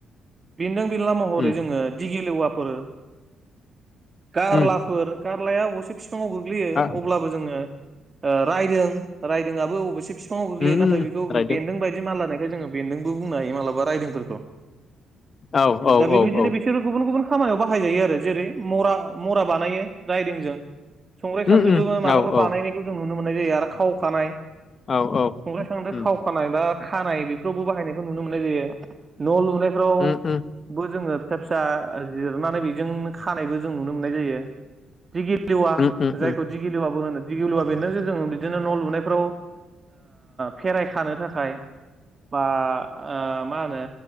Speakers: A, on the right (about 35°); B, on the left (about 40°).
A: बेनदों बेनला महरै
B: उम
A: जोङो दिगि लेवाफोर गारलाफोर
B: उम
A: गारलाया अबयसे बिफाङाव गोग्लैयो
B: आ
A: अब्लाबो जोङो ओ रायदों रायदोंयाबो अबयसे बिफाङाव गोग्लैयो
B: उम
A: नाथाय बेखौ
B: रायदों
A: बेनदों बायदि मानलानायखाय जोङो बेनदोंबो बुंनो हायो मालाबा रायदोंफोरखौ
B: औ
A: दा बेबायदिनो
B: औ औ
A: बिसोर गुबुन गुबुन खामानियाव बाहायजायो आरो जेरै मरा मरा बानायो राइदोंजों संग्राय
B: उम
A: सानद्रिबो
B: उम औ
A: मालाबा
B: औ
A: बानायनाय जों नुनो मोननाय जायो आरो खाव खानाय
B: औ औ
A: संग्राय सानद्रि
B: उम
A: खाव खानाय बा खानाय बेफोरावबो बाहायनायखौ नुनो मोननाय जायो न' लुनायफ्राव
B: उम उम
A: बो जोङो फिसा फिसा जिरनानै बेजोंनो खानायबो जों नुनो मोननाय जायो दिगि गिवा
B: उम उम उम
A: जायखौ दिगिलिवाबो होनो दिगिलुवा बेनदोंजों जोङो बिदिनो न' लुनायफ्राव ओ फेराय खानो थाखाय बा ओ मा होनो